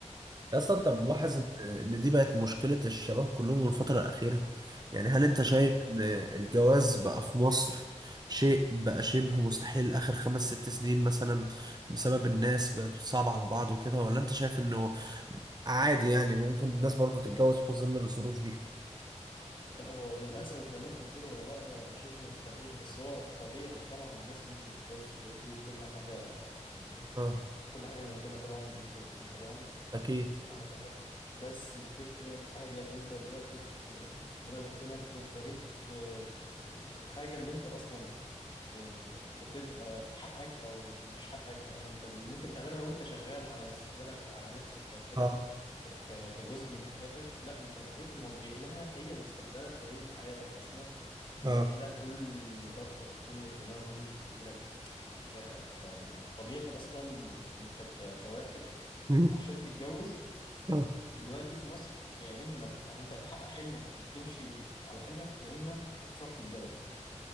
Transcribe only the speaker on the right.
يا اسطى انت ملاحظ
ان إن دي بقت مشكله الشباب كلهم الفتره الاخيره يعني هل انت شايف
ان الجواز بقى في مصر شيء بقى شبه مستحيل اخر خمس ست سنين مثلا بسبب الناس بقت صعبة على بعض وكده ولا انت شايف انه عادي يعني ممكن الناس برضو تتجوز في ظل الظروف دي
اه
اكيد
اه
اه
<laughs> مم.
اه